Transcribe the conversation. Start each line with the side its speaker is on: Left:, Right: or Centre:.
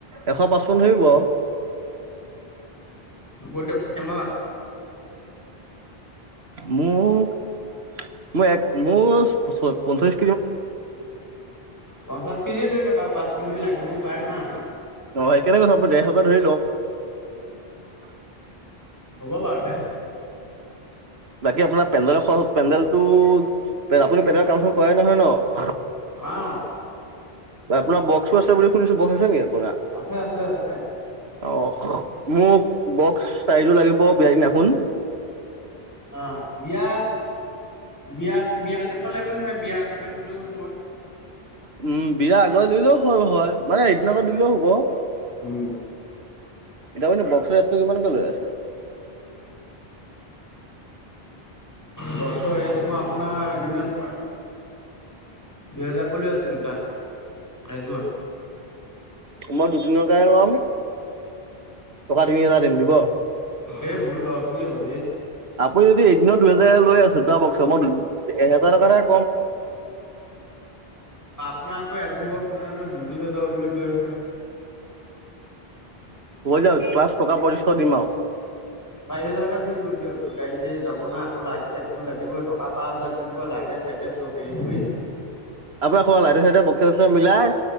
Right: এশ পাচপন্ন ধৰিব আৰু।
Left: হব দিয়ক। কেম
Right: মোক মই এক মোৰ প পঞ্চলিছ
Left: পঞ্চাশ কেজিয়ে লৈ লওঁক আৰু পাঁচ কেজি লাগিবওঁ পাৰে না।
Right: অ' সেই কাৰনে কৈছো আপুনি দেৰশকে ধৰি লওঁক।
Left: হ'ব বাৰু তে।
Right: বাকী আপোনাৰ পেণ্ডেলৰ খৰচ পেণ্ডেল টো আপুনি পেণ্ডেলৰ কাম চাম কৰে নহয় ন?
Left: অ
Right: আপোনাৰ বক্সো আছে বুলি শুনিছো বক্স আছে নে আপোনাৰ?
Left: আছে আছে আছে
Right: অ' মোক বক্স চাৰিযোৰ লাগিব বিয়াৰ দিনাখোন
Left: অঁ বিয়া বিয়া বিয়া দিনাখন লাগিব নে নাই বিয়া আগতে দিলেও হ'ব?
Right: উম বিয়াৰ আগত দিলেওঁ হ'ল হয় মানে এদিনৰ আগত দিলেওঁ হ'ব।
Left: উম
Right: এতিয়া আপুনি বক্সৰ ৰেটটো কিমানকৈ লৈ আছে?
Left: বক্সৰ ৰেট মই আপোনাৰ দিনত দুহেজাৰ কৈ লৈ আছো দুটাত, এযোৰত।
Right: মই দুদিনৰ কাৰণে ল'ম টকা তিনি হাজাৰ দিম দিব?
Left: এই বহুত লষ্ট হুই যাব ধেৎ।
Right: আপুনি যদি এদিনৰ দুহেজাৰ লৈ আছে দুটা বক্সত, মই এহেজাৰ টকাৰ কম
Left: আপোনাৰ আকৌ এযোৰ বক্স নাযাই নহয় দুযোৰ হ যাব বুলি কৈ আছে।
Right: হৈ যাব, লাষ্ট টকা পচিচশ দিম আৰু।
Left: চাৰি হাজাৰ এটা দি দিব দিয়ক। গাড়ী গাড়ী যাব না আকৌ, লাইট চাইট টো লাগিব, টকা পাঁচ হাজাৰ দি দিব লাইটে চাইটে চব হেৰি কৰি <unintelligible>
Right: আপোনাৰ ক লাইটে চাইটে বক্সে চক্সে মিলাই